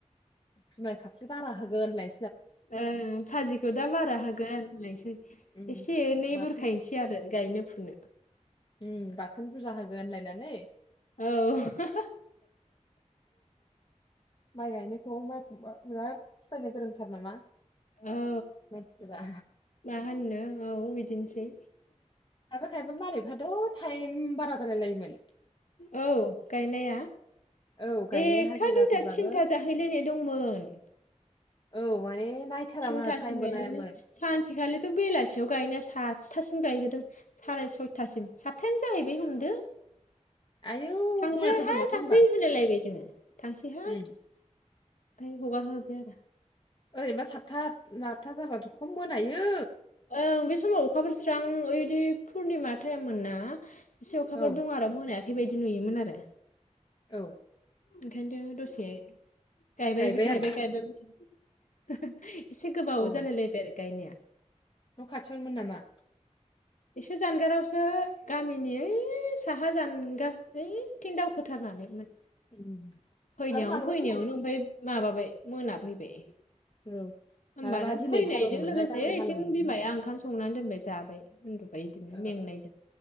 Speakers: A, on the left (about 40°); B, on the left (about 85°).
A: जुमाय खापसे बारा होगोन होनलाय
B: ओं भाजिखौ दा बारा होगोन होनलायसै
A: उम
B: एसे एनै
A: बाथोन
B: बुरखायनोसै आरो गायनो फुनो
A: उम गाखोन बुरजा होगोन होनलायनानै
B: औ
A: माइ गायनायखौ माइ बिराद फिसायनो गोरोंथार नामा
B: औ
A: मोनथिबा
B: मा होननो औ बिदिनोसै
A: खायफा खायबा मालिकाथ टाइम बारा बारा जालायोमोन
B: औ गायनाया
A: औ गायनाय
B: एकथा
A: हाजिराफोरबाबो
B: दुइथा थिनथा जा बाहैलायनाय दंमोन
A: औ माने नायथारामोन
B: थिनथासिम
A: आरो टाइमबो
B: गायलायलाय
A: नायामोन
B: सानसेखालिथ बेलासियाव गायनाया सातथासिम गायहोदों साराय सयथासिम सातथायानो जाहैबाय हमदो
A: आयौ
B: थांसै
A: मोनाथारदों
B: हाय
A: माथो
B: थांसै
A: होनबा
B: होनायलायबाय जोङो थांसैहाय
A: उम
B: ओमफ्राय हगार हरबाय आरो
A: ओरैबा सातथा आतथा जाबाथ खम मोनायो
B: ओं बे समाव अखाफोर स्रां ओइदि पुर्निमा टाइममोनना एसे अखाफोर
A: औ
B: दं आरो मोनायाखैबायदि नुयोमोन आरो
A: औ
B: ओंखायनो दसे गायबायबो
A: गायबाय
B: थाइबाय
A: आरो
B: गायबायबो थाय एसे गोबाव
A: औ
B: जालायलायबाय आरो गायनाया
A: न' खाथियावनोमोन नामा?
B: एसे जानगारावसो गामिनि ओइ साहा जानगार ओइथिं दावखोथारनानै मोन
A: उम
B: फैनायावनो
A: आरो मालाबा
B: फैनायावनो
A: समाव
B: ओमफ्राय माबाबाय मोना फैबाय।
A: औ
B: होमबानो
A: मालाबा दिनै
B: फैनायजों
A: हालेवनो मोननाय
B: लोगोसे
A: गाबोन
B: इथिं
A: हालेवनो मोनै
B: बिमाया ओंखाम संनानै दोनबाय जाबाय उन्दुबाय बिदिनो
A: औ
B: मेंनायजों